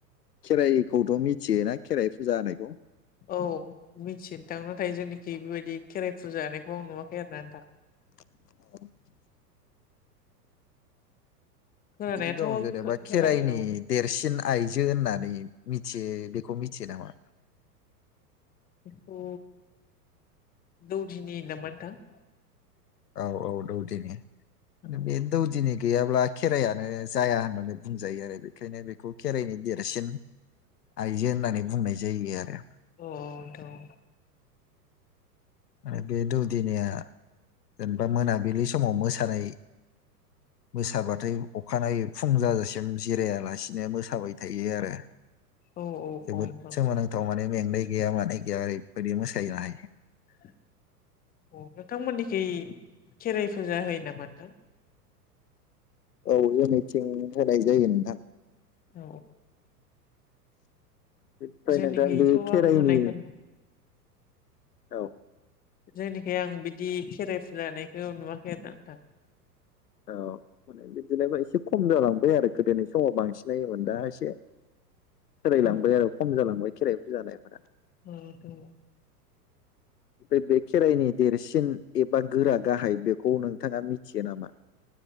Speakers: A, on the left (about 75°); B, on the left (about 20°).
A: खेराइखौथ' मिथियोना खेराइ फुजा होनायखौ।
B: औ मिथिनो नोंथां नाथाय जोंनिखि बेबायदि खेराइ फुजा होनानायखौ आं नुवाखै आरो ना नोंथां।
A: <inaudible>
B: खोनानायाथ'
A: बिदि दं
B: खोनायो
A: जेनेबा खेराइनि देरसिन आइजो होननानै मिथियो बेखौ मिथियो नामा?
B: बेखौ दौदिनि होनो मोन नोंथां।
A: औ औ दौदिनि
B: औ
A: बे दौदिनि। गैयाब्ला खेरायानो जाया होननानै बुंजायो आरो बेखायनो बेखौ खेराइनि देरसिन। आइजो होननानै बुंनाय जायो आरो।
B: अ नोंथां।
A: आरो बे दौदिनिया जेनेबा मोनाबिलि समाव मोसानाय। मोसाबाथाय अखानायै फुं जाजासिम जिरायालासिनो मोसाबाय थायो आरो।
B: औ औ
A: जोबोद
B: औ नोंथां
A: सोमोनांथाव माने मेंनाय गैया मानाय गैया ओरैबायदि मोसायो हायो।
B: नोंथांमोननिखै खेराइ फुजा होयो नामा नोंथां।
A: औ जोंनिथिं होनाय जायो नोंथां।
B: औ
A: बेनिफ्राय
B: जोंनिखैथ'
A: नोंथां बे खेराइनि
B: आं होनायखौ
A: औ
B: जोंनिखै आं बिदि खेराइ फुजानायखौ नुवाखै आरो नोंथां
A: औ बिदिनो एसे खम जालांबाय आरो गोदोनि समाव बांसिन नायोमोन दा एसे सोलायलांबाय
B: औ
A: आरो खम जालांबाय खेराइ फुजा होनायफोरा
B: औ
A: ओमफ्राय बे खेराइनि देरसिन एबा गोरा गाहाय बेखौ नोंथाङा मिथियो नामा